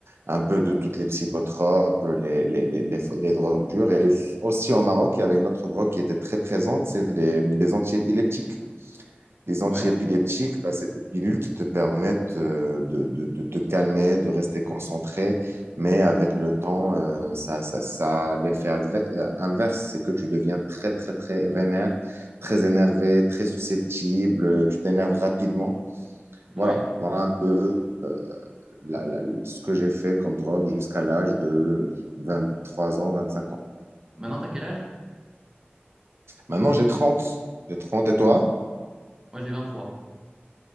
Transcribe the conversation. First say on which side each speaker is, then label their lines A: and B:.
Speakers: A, on the right; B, on the right.
A: un peu de toutes les psychotropes, les, les, les, les, les drogues dures. Et aussi au Maroc, il y avait une autre drogue qui était très présente, c'est les, les antiépileptiques les
B: Ouais,
A: antiépileptiques, bah, c'est des pilules qui te permettent euh, de, de, de te calmer, de rester concentré, mais avec le temps, euh, ça, ça, ça l'effet adver- euh, inverse, c'est que tu deviens très, très, très vénère, très énervé, très susceptible, euh, tu t'énerves rapidement.
B: ouais.
A: Voilà, voilà un peu euh, la- la- ce que j'ai fait comme drogue jusqu'à l'âge de 23 ans, 25 ans.
B: Maintenant t'as quel âge?
A: Maintenant, j'ai 30. J'ai 30 et toi?
B: Moi j'ai 23